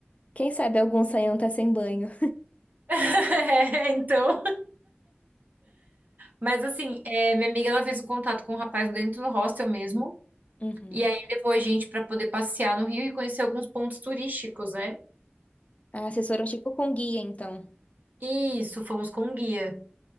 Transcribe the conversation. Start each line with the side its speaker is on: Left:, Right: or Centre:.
Left: quem sabe algum saião tá sem banho.
Right: <laughs> É, então Mas assim, é, minha amiga ela fez o contato com um rapaz dentro do hostel mesmo.
Left: Uhum.
Right: E aí levou a gente para poder passear no Rio e conhecer alguns pontos turísticos, né?
Left: Ah, assessoram tipo com guia, então.
Right: Isso, fomos com um guia.